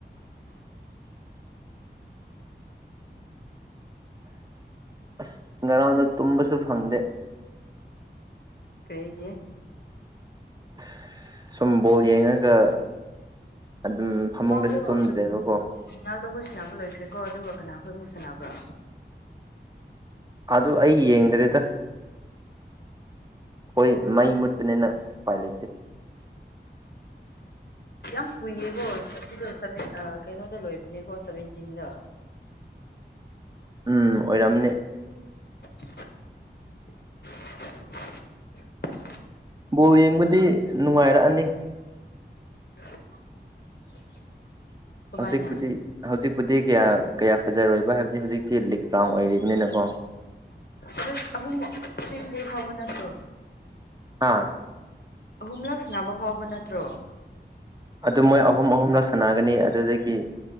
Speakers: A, on the right (about 20°); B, on the left (about 65°).
A: ꯑꯁ ꯉꯔꯥꯡꯗꯣ ꯇꯨꯝꯕꯁꯨ ꯐꯪꯗꯦ
B: ꯀꯥꯔꯤꯒꯤ
A: ꯑꯁ ꯁꯨꯝ ꯕꯣꯜ ꯌꯦꯡꯉꯒꯥ ꯑꯗꯨꯝ ꯐꯃꯨꯡꯗꯁꯨ
B: ꯃꯃꯥꯡꯗꯣ
A: ꯇꯨꯝꯗ꯭ꯔꯦꯕꯀꯣ
B: ꯎꯝ ꯔꯣꯅꯥꯜꯗꯣ ꯈꯣꯏ ꯁꯥꯟꯅꯕ ꯂꯣꯏꯈ꯭ꯔꯦꯀꯣ ꯑꯗꯨꯒ ꯀꯅꯥꯈꯣꯏ ꯑꯃꯨꯛ ꯁꯥꯟꯅꯕ꯭ꯔꯥ
A: ꯑꯗꯨ ꯑꯩ ꯌꯦꯡꯗ꯭ꯔꯦꯗ ꯈꯣꯏ ꯃꯩ ꯃꯨꯠꯄꯅꯤꯅ ꯎꯄꯥꯏ ꯂꯩꯇꯦ
B: ꯌꯥꯝ ꯀꯨꯏꯌꯦꯕꯣ <unintelligible> ꯑ ꯀꯩꯅꯣꯗ ꯂꯣꯏꯕꯅꯦꯀꯣ ꯁꯚꯦꯟꯇꯤꯟꯗ
A: ꯎꯝ ꯑꯣꯏꯔꯝꯅꯤ
B: <inaudible>
A: ꯕꯣꯜ ꯌꯦꯡꯕꯗꯤ ꯅꯨꯡꯉꯥꯏꯔꯛꯑꯅꯤ
B: <unintelligible> ꯀꯃꯥꯏꯅ
A: ꯍꯧꯖꯤꯛꯄꯨꯗꯤ ꯍꯧꯖꯤꯛꯄꯨꯗꯤ ꯀꯌꯥ ꯀꯌꯥ ꯐꯖꯔꯣꯏꯕ ꯍꯥꯏꯕꯗꯤ ꯍꯧꯖꯤꯛꯇꯤ ꯂꯤꯛ ꯔꯥꯎꯟ ꯑꯣꯏꯔꯤꯕꯅꯤꯅꯀꯣ
B: <unintelligible> ꯑꯍꯨꯝꯃꯨꯛ ꯁꯤ ꯐ꯭ꯔꯤ ꯐꯧꯕ ꯅꯠꯇ꯭ꯔꯣ
A: ꯍꯥꯥ꯫
B: ꯑꯍꯨꯝꯂꯛ ꯁꯅꯥꯕ ꯐꯥꯎꯕ ꯅꯠꯇ꯭ꯔꯣ꯫
A: ꯑꯗꯨ ꯃꯣꯏ ꯑꯍꯨꯝ ꯑꯍꯨꯝꯂꯛ ꯁꯅꯥꯒꯅꯤ ꯑꯗꯨꯗꯒꯤ